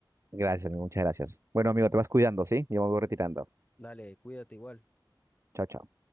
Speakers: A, on the right (about 35°); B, on the left (about 20°).
A: Gracias, amigo, muchas gracias. Bueno, amigo, te vas cuidando, ¿sí? Yo me voy retirando.
B: Dale, cuídate igual.
A: Chao, chao.